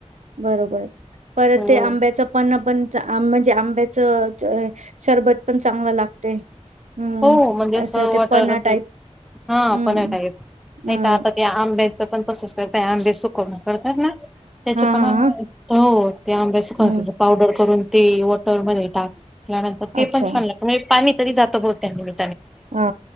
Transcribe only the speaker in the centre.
हो
हो म्हणजेच
वॉटर...
हा
पन्हा टाईप, नाही
तर आता त्या आंब्याच... पण तसेच करताय अंबे सुकवून करतात ना? त्याच
पन्ह
हो ते आंब्या सुकवून
त्याची पावडर करून.. ते वॉटरमध्येध्ये टाकल्यानंतर ते
पण छान लागत म्हणजे पाणी तरी जातं बत त्यामुळे...